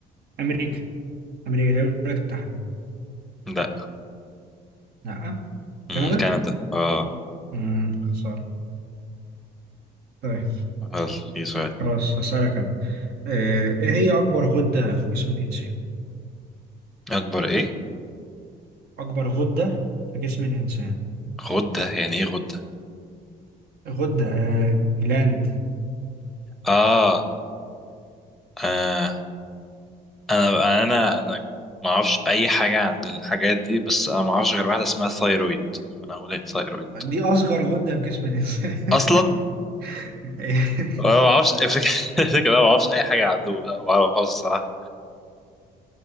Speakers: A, on the right (about 70°); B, in the centre.
A: أمريكا أمريكا دي الولايات المتحدة
B: لا
A: لأ
B: مم،
A: كندا؟
B: كندا اه
A: امم خسارة طيب
B: هل في سؤال
A: خلاص هسألك أنا أه إيه هي أكبر غدة في جسم الإنسان؟
B: اكبر ايه
A: أكبر غدة في جسم الإنسان
B: غدة يعني ايه غدة
A: غدة أه جلاند
B: اه آه، انا انا انا ما اعرفش اي حاجه عن الحاجات دي بس انا ما اعرفش غير واحده اسمها ثايرويد فانا هقول ايه ثايرويد
A: دي اصغر غده في جسم الانسان
B: اصلا
A: <laughs>
B: انا ما اعرفش الفكره <laughs> الفكرة انا ما اعرفش اي حاجه عنه لا ما اعرفهاش الصراحه